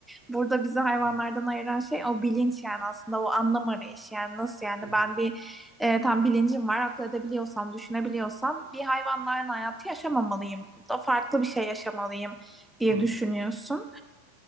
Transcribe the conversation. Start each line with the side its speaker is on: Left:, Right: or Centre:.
Centre: Burada bizi hayvanlardan
Right: Hı
Centre: ayıran şey o bilinç yani aslında o anlam arayışı yani nasıl yani
Right: hı.
Centre: ben bir e, tam bilincim var, akıl edebiliyorsam, düşünebiliyorsam bir hayvanların hayatı yaşamamalıyım da farklı bir şey yaşamalıyım diye
Right: hı.
Centre: düşünüyorsun.